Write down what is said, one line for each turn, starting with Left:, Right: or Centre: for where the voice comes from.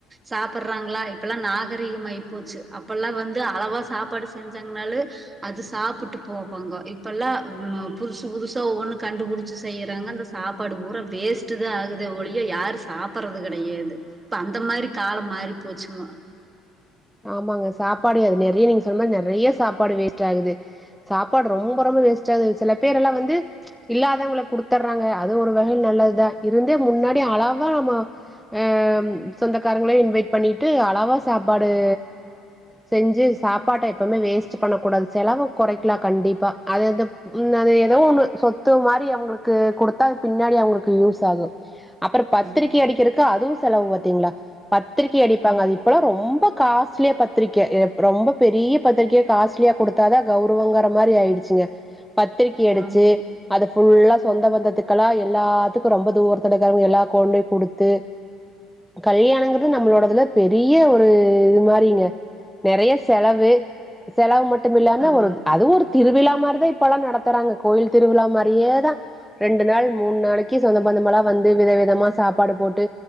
Right: சாப்படுறாங்ளா இப்பல்லா நாகரீகமாயி போச்சு அப்பல்லா வந்து அளவா சாப்பாடு செஞ்சாங்னாலு அது சாப்புட்டு போவாங்கோ இப்பெல்லா ம் புதுஸ் புதுஸ்சா ஒவ்வொண்ணு கண்டுபுடிச்சி செய்யிறாங்க அந்த சாப்பாடு பூரா வேஸ்ட்டுதா ஆகுதே ஒழிய யாரு சாப்புறது கெடையாது ப்ப அந்த மாரி காலம் மாறி போச்சுங்கோ
Centre: ஆமாங்க சாப்பாடு அது நெறைய நீங்க சொன் மாரி நெறைய சாப்பாடு வேஸ்ட்டாகுது சாப்பாடு ரொம்ப ரொம்ப வேஸ்ட்டாகுது சில பேரல்லா வந்து இல்லாதவங்களுக்கு குடுத்தர்றாங்க அது ஒரு வகையில் நல்லத்தா இருந்து முன்னாடி அளவா நம்ம ஆம் சொந்தக்காரங்களே இன்வைட் பண்ணிட்டு அளவா சாப்பாடு ஏ செஞ்சு சாப்பாட்ட எப்பமே வேஸ்ட் பண்ணக்கூடாது செலவ குறைக்கலா கண்டிப்பா அது இந்த உ அது எதோ ஒண்ணு சொத்து மாரி அவங்களுக்கு குடுத்தா அது பின்னாடி அவங்களுக்கு யூஸ் ஆகு அப்பற பத்திரிகை
Right: ம்
Centre: அடிக்கிறக்கு அதுவு செலவு பாத்தீங்களா பத்திரிகை அடிப்பாங்க
Right: ஆ
Centre: அது இப்பல்லாம் ரொம் ப காஸ்ட்லிய பத்திரிகை ரொம்ப பெரிய பத்திரிகைய காஸ்ட்லியா கொடுத்தாதான் கௌரவங்கர மாரி ஆயிடுச்சுங்க பத்திரிக்கை அடுச்சு
Right: ஆமா
Centre: அத ஃபுல்லா சொந்த பந்தத்துக்கெல்லாம் எல்லாத்துக்கும் ரொம்ப தூரத்துல இருக்கவங்க எல்லா கொன்டு கொடுத்து கல்யாணங்கறது நம்மளோடதுல பெரிய ஒ ஒரு இது மாரிங்க நெறைய செலவு செலவு மட் மட்டும் இல்லாம
Right: ஆமாங்க
Centre: ஒரு அது ஒரு திருவிழா மாரிதான் இப்பல்லாம் நடத்துறாங்க கோயில் திருவிழா மாரியே தான் ரெண்டு நாள் மூணு நாளைக்கு சொந்த பந்தமெல்லாம் வந்து வித விதமா சாப்பாடு போட்டு